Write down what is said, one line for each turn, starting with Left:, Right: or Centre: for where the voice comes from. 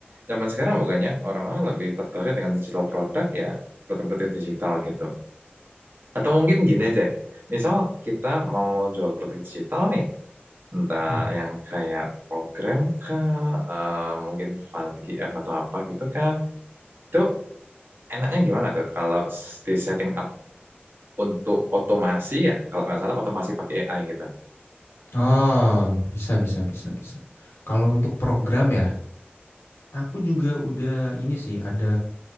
Right: zaman sekarang bukannya orang-orang lebih tertarik dengan digital produk ya produk-produk digital gitu atau mungkin gini aja misal kita mau jual produk digital nih entah
Left: Mm.
Right: yang kayak program kah eh, mungkin file PDF atau apa gitu kah itu enaknya gimana tuh kalau s- di setting up untuk otomasi ya kalau nggak salah otomasi pakai AI gitu
Left: Oh, bisa, bisa, bisa, bisa. Kalau untuk program ya, aku juga udah ini sih, ada